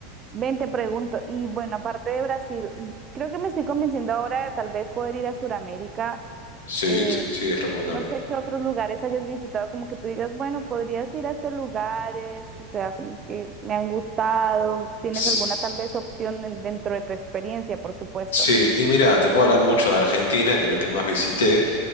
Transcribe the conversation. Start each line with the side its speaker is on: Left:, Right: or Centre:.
Right: Ven, te pregunto, y bueno, aparte de Brasil, creo que me estoy convenciendo ahora de tal vez poder ir a Sudamérica.
Left: Sí,
Right: eh,
Left: t- sí, es recomendable.
Right: no sé qué otros lugares hayas visitado, como que tú digas, bueno, podrías ir a estos lugares, o sea, como que me han gustado. ¿Tienes
Left: S-
Right: alguna tal vez opción en- dentro de tu experiencia, por supuesto?
Left: Sí, y mira, te puedo hablar mucho de Argentina, que es lo que más visité.